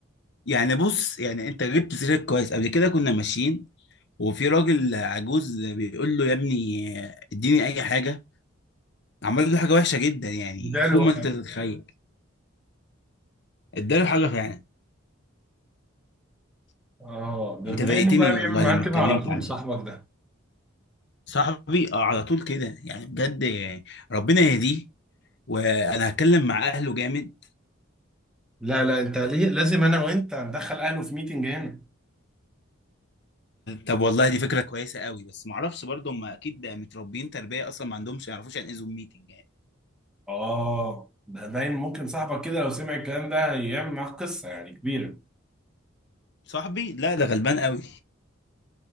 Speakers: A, on the left; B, in the centre.
A: يعني بص يعني أنت جبت سيرك كويس قبل كده كنا ماشيين وفي راجل عجوز بيقول له يا ابني اديني أي حاجة عمل له حاجة وحشة جدا يعني
B: اداله
A: فوق ما
B: حاجه
A: أنت تتخيل اداله حاجة فعلا
B: اه ده
A: أنت
B: باين
A: ضايقتني
B: انه بقى بيعمل
A: والله
B: معاك
A: لما
B: كده
A: اتكلمت
B: على طول
A: عليه
B: صاحبك ده
A: صاحبي آه، على طول كده يعني بجد ربنا يهديه وانا هتكلم مع اهله جامد
B: لا لا انت ليه لازم انا وانت ندخل اهله في ميتنج هنا
A: طب والله دي فكرة كويسة قوي بس معرفش برضه هم أكيد متربيين تربية أصلا ما عندهمش يعرفوش يعني إيه زوم ميتنج يعني
B: اه ده باين ممكن صاحبك كده لو سمع الكلام ده هيعمل معاك قصه يعني كبيره
A: صاحبي لا ده غلبان قوي